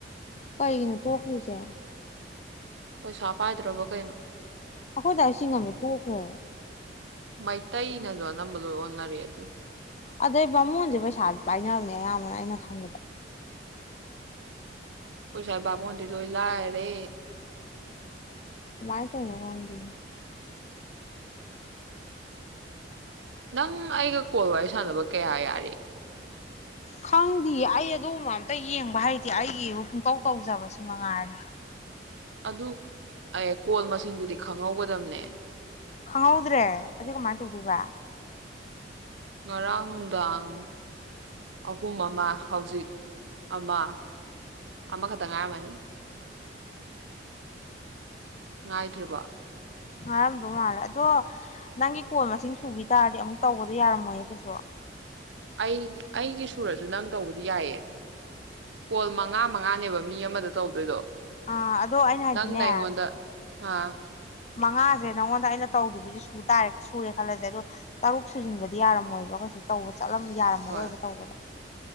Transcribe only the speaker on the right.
ꯄꯩꯁꯥ ꯄꯥꯏꯗ꯭ꯔꯕꯣ ꯀꯩꯅꯣ
ꯃꯩꯇꯩꯩꯅꯖꯨ ꯑꯅꯝꯕ ꯂꫭꯏ ꯑꫭꯟꯅꯔꯦ ꯑꯗꯨ
ꯑꯈꫭꯏꯁꯥꯏ ꯕꯃꫭꯜꯗꯤ ꯂꯣꯏ ꯂꯥꯛꯔꯦ
ꯅꯪ ꯑꯩꯒ ꯀꯣꯜ ꯋꯥꯔꯤ ꯁꯥꯟꯅꯕ ꯀꯌꯥ ꯌꯥꯔꯤ
ꯑꯗꯨ ꯑꯦ ꯀꯣꯜ ꯃꯁꯤꯡꯗꯨꯗꯤ ꯈꯪꯍꯧꯒꯗꯕꯅꯦ
ꯉꯔꯥꯡ ꯅꯨꯡꯗꯥꯡ ꯑꯍꯨꯝ ꯑꯃ ꯍꯧꯖꯤꯛ ꯑꯃ ꯑꯃꯈꯛꯇ ꯉꯥꯏꯔꯝꯃꯅꯤ ꯉꯥꯏꯗ꯭ꯔꯤꯕ
ꯑꯩ ꯑꯩꯒꯤ ꯁꯨꯔꯁꯨ ꯅꯪ ꯇꯧꯕꯗꯤ ꯌꯥꯏꯌꯦ ꯀꯣꯜ ꯃꯉꯥ ꯃꯉꯥꯅꯦꯕ ꯃꯤ ꯑꯃꯗ ꯇꯧꯗꯣꯏꯗꯣ
ꯅꯪꯅ ꯑꯩꯉꯣꯟꯗ ꯑꯥ
ꯍꯣꯏ